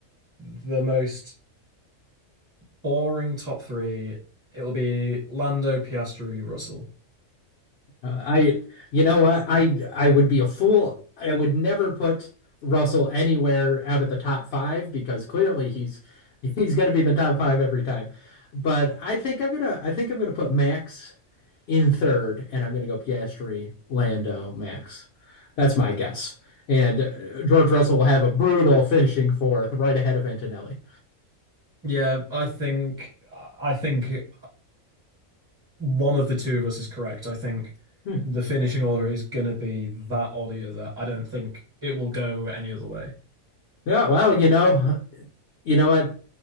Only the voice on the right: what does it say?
the most boring top three. It'll be Lando, Piastri, Russell.
Yeah, I think I think one of the two of us is correct. I think
the finishing order is gonna be that or the other. I don't think it will go any other way.